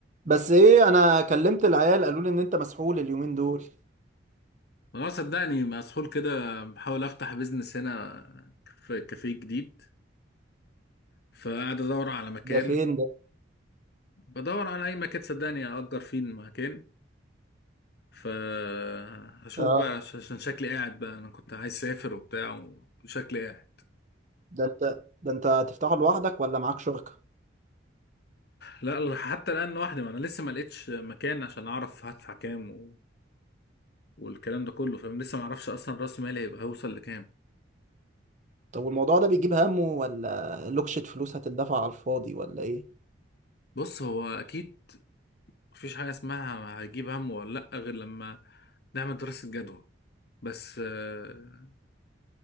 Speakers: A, on the right; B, on the left.
A: بس ايه انا كلمت العيال قالوا لي ان انت مسحول اليومين دول
B: ما هو صدقني مسحول كده بحاول افتح بيزنس هنا في كافيه جديد فقاعد ادور على مكان
A: ده فين ده
B: بدور على اي مكان صدقني اجر فيه المكان فهشوف
A: اه
B: بقى عش- عشان شكلي قاعد بقى انا كنت عايز اسافر وبتاع وشكلي قاعد
A: ده انت ده انت هتفتحه لوحدك ولا معاك شركة
B: لا حتى الان لوحدي ما انا لسه ما لقيتش مكان عشان اعرف هدفع كام و... والكلام ده كله فاهم لسه ما اعرفش اصلا راس مالي هيبقى هيوصل لكام
A: طب والموضوع ده بيجيب همه ولا لوكشة فلوس هتدفع على الفاضي ولا ايه
B: بص هو اكيد مفيش حاجه اسمها هجيب هم ولا لا غير لما نعمل دراسه جدوى بس آه،